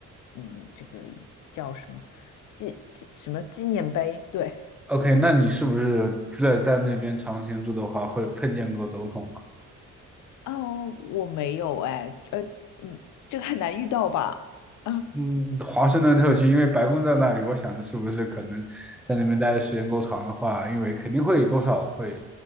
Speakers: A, on the left (about 75°); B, in the centre.
A: 嗯，这个叫什么纪纪什么纪念碑？对，
B: OK，那你是不是在在那边长期住的话，会碰见过总统吗？
A: 哦，我没有哎，呃，嗯，这个很难遇到吧？<laughs> 啊，
B: 嗯，华盛顿特区，因为白宫在那里，我想着是不是可能在那边待的时间够长的话，因为肯定会多少会